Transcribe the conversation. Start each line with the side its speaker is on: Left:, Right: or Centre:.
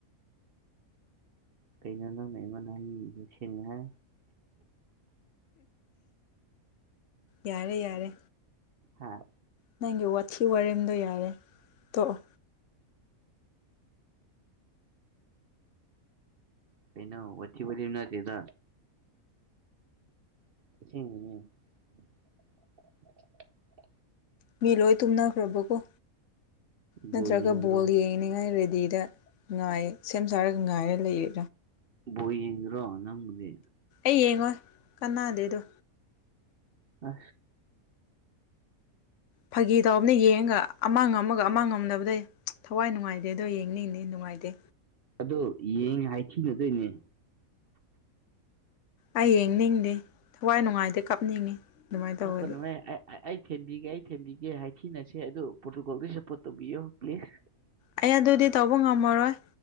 Right: ꯀꯅ ꯅꯪꯅꯕꯏ ꯁꯦꯅꯍ
Left: ꯌꯥꯔꯦ ꯌꯥꯔꯦ
Right: ꯍꯥꯥ
Left: ꯅꯪꯒꯤ ꯋꯥꯊꯤ ꯋꯥꯔꯦꯝꯗꯣ ꯌꯥꯔꯦ ꯇꯣꯛꯑꯣ
Right: ꯀꯩꯅꯩꯅꯣ ꯑꯣꯤ ꯅ ꯆꯦꯗ ꯍꯝ
Left: ꯃꯤ ꯂꯣꯏ ꯇꯨꯝꯅꯈ꯭ꯔꯕꯀꯣ ꯅꯠꯇ꯭ꯔꯒ
Right: ꯕꯣꯜ ꯌꯦꯡꯗ꯭ꯔꯣ
Left: ꯕꯣꯜ ꯌꯦꯡꯅꯤꯉꯥꯏ ꯔꯦꯗꯤꯗ ꯉꯥꯏ ꯁꯦꯝ ꯁꯥꯔꯒ ꯉꯥꯏꯔ ꯂꯩ ꯌꯦ
Right: ꯕꯣꯏ ꯌꯦꯡꯗ꯭ꯔꯣ ꯅꯪꯕꯗꯤ
Left: ꯑꯩ ꯌꯦꯡꯉꯣ ꯀꯥꯟꯅꯥꯗꯦꯗꯣ
Right: ꯑ
Left: ꯐꯥꯒꯤ ꯇꯥꯎꯅ ꯌꯦꯡꯒ ꯑꯃꯥꯡ ꯑꯃꯒ ꯑꯃꯥꯡ ꯉꯝꯕꯗ ꯊꯋꯥꯏ ꯅꯨꯡꯉꯥꯏꯇꯦ ꯑꯗꯣ ꯌꯦꯡꯅꯤꯡꯅꯦ ꯅꯨꯡꯉꯥꯏꯇꯦ
Right: ꯑꯗꯣ ꯌꯦꯡ ꯍꯥꯏ ꯊꯤꯅꯗꯣꯏꯅꯦ
Left: ꯑꯩ ꯌꯦꯡꯅꯤꯡꯗꯦ ꯊꯋꯥꯏ ꯅꯨꯡꯉꯥꯏꯗꯤ ꯀꯞꯅꯤꯡꯉꯤ ꯑꯗꯨꯃꯥꯏꯅ
Right: ꯊꯣꯛꯀ
Left: ꯇꯧꯔꯗꯤ
Right: ꯅꯨ ꯑꯩ ꯊꯦꯝꯕꯤꯒꯦ ꯑꯩ ꯊꯦꯝꯕꯤꯒꯦ ꯍꯥꯏꯊꯤꯅꯁꯦ ꯑꯗꯨ ꯄ꯭ꯔꯣꯔꯇꯨꯀꯣꯜꯗ ꯁꯞꯄꯣꯔꯠ ꯇꯧꯕꯤꯌꯣ ꯄ꯭ꯂꯤꯖ
Left: ꯑꯩ ꯑꯗꯨꯗꯤ ꯇꯧꯕ ꯉꯝꯃꯔꯣꯏ